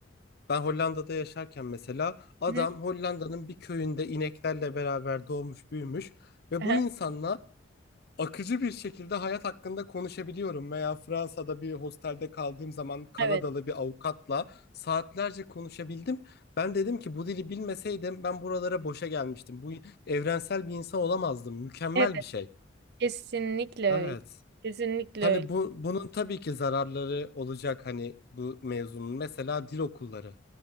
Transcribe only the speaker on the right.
hı hı.
Aha,
Evet.
Evet,
kesinlikle
öyle. Kesinlikle
öyle.